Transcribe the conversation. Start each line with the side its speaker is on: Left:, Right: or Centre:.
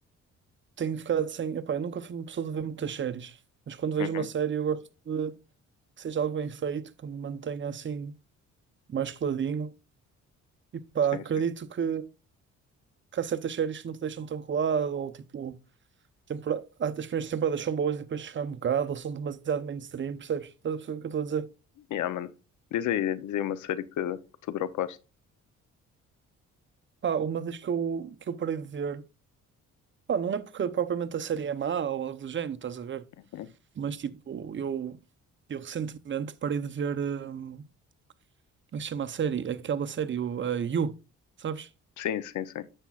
Right: tenho ficado sem. Epá, eu nunca fui uma pessoa de ver muitas séries, mas quando vejo
Left: Uhum,
Right: uma série eu gosto de que seja algo bem feito, que me mantenha assim mais coladinho. E pá,
Left: sim,
Right: acredito
Left: sim.
Right: que, que há certas séries que não te deixam tão colado, ou tipo, tempora- há- as primeiras temporadas são boas e depois chegam um bocado, ou são demasiado mainstream, percebes? Estás a perceber o que eu estou a dizer?
Left: Yeah, mano. Diz aí, diz aí uma série que, que tu dropaste.
Right: Pá, uma das que eu, que eu parei de ver. Pá, não é porque propriamente a série é má ou algo do género, estás a ver?
Left: Uhum.
Right: Mas tipo, eu, eu recentemente parei de ver, hum, como é que se chama a série? Aquela série, o, a You, sabes?
Left: Sim, sim, sim.